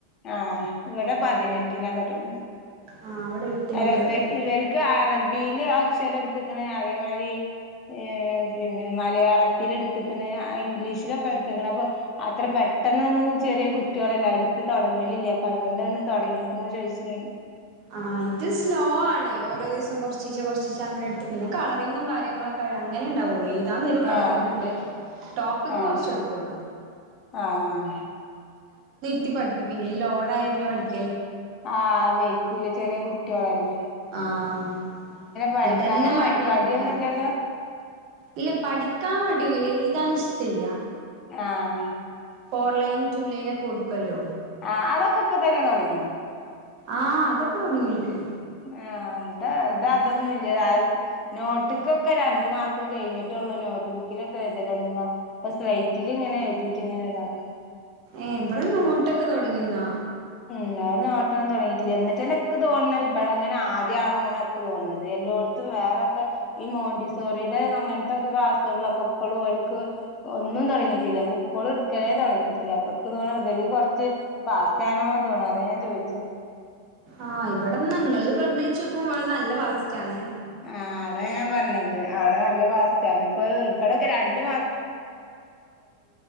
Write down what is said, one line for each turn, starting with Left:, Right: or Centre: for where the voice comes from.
Left: ആണോ ഇവിടെ പതിനെട്ടിനാ തൊടങ്ങിയത്
Right: ആ അവിടെ എട്ടിനിട്ടാ
Left: അല്ല
Right: തൊടങ്ങിയെ
Left: ഇവര് ഇവര്ക്ക് അറബിയില് അക്ഷരട്ത്ത്ക്ക്‌ണ് അ മാരി ഏ പിന്നെ മലയാളത്തിലെട്ത്ത്ക്ക്‌ ണ് അ ഇംഗ്ലീഷിലൊക്കെ ഇങ്ങനപ്പൊ അത്ര പെട്ടെന്നൊന്നും ചെറിയ കുട്ട്യോളെല്ലാരും ഇത് തൊടങ്ങലില്ല അപ്പ അതൊണ്ടാണ് തൊടങ്ങിക്ക്‌ണോ ചോയ്ച്ച് ഞാന്
Right: ആഹ ഇത് സ്ലോ ആണ് ഓരോ ദിവസം കൊറച്ചീഷെ കൊറച്ചീഷെ അങ്ങനെ എടുത്ത്ക്ക്‌ പിന്നെ കളറിങ്ങും കാര്യങ്ങളൊക്കെ പ്പഴ് അങ്ങനെ ഇണ്ടാവൊള്ളൂ എയ്താന്നേരം കളറിങ്ണ്ട്
Left: ആഹ്
Right: ട്ടോപ്പിക്ക്
Left: ആഹ്
Right: കൊറച്ചെടുക്കൊള്ളു
Left: ആഹ്
Right: ത്തി പട്പ്പിക്കിന് ലോഡായ പിന്നെ പഠിക്
Left: ആ വെയ്ക്കൂല ചെറിയ കുട്ട്യോളല്ലേ
Right: ആഹ
Left: പഠിക്കാനും
Right: എന്ന്ട്ടന്നെ മടിയായിരിക്കാണ്
Left: മടി മടിയൊന്നുംല്ലല്ലോ
Right: ഇല്ല പഠിക്കാൻ മടിയൊന്നില്ല എയ്താനിഷ്ട്ടില്ല്യ
Left: ആഹ
Right: ഫോർ ലൈൻ റ്റൂലൈനൊ കൊടുക്കല്ലോ
Left: അ അതൊക്കെ ഇപ്പ തന്നെ തൊടങ്ങിയോ
Right: ആഹ് അതൊക്കെ തൊടങ്ങി ഇവ്ര്ക്ക്
Left: ആ എന്താ ഇത അതൊന്നില്ല്യാ നോട്ട്ക്കൊക്കെ രണ്ട് മാസം കയ്ഞ്ഞിട്ട് നോട്ട്ബുക്കിലൊക്കെ എഴു തലോടുങ്ങാ. ഇപ്പം സ്ലൈറ്റിൽ ഇങ്ങനെ എഴുതിട്ട് ഇങ്ങനെ ഇതാക്കാം.
Right: ഏവിടെ നോട്ടൊക്കെ തുടങ്ങിന്നാ.
Left: എന്ന ഇവിടെ നോട്ട്ന്ന് തുടങ്ങിട്ടില എന്നിട്ട് ഇക് തോന്നുന്നത്. ഇവിടെങ്ങെ ആദ്യം ആണോ എന്നൊക്കെ തോന്നത്. എല്ലോടത്തും വേറെക്കെ ഈ മോണ്ടിസോറടെ അങ്ങനത്തെക്കെ. ക്സ്സുകളിലൊക്കെ ഇപ്പോളും അവർക്ക് ഒന്നും തുടങ്ങിയിട്ടില്ല. ബുക്കുകുകളും എടുക്കലെ തുടങ്ങിയിട്ടില്ല. അപ്പൊക്ക് തോന്ന് ഇവര് കുറച്ച് പാസ്റ്റാണ് തോന്നുന്ന അത ജോയിച്ചത്.
Right: ആഹ ഇവിടെ ഞങ്ങള് പറഞ്ഞച്ചോക്കും ഇവിടെ നല്ല ഫാസ്റ്റ് ആണ്.
Left: ആ അതാ ഞാൻ പറഞ്ഞത് അവിടെ നല്ല വാസ്റ്റാണ് ഇപ്പ ഇവടെക്കെ രണ്ടു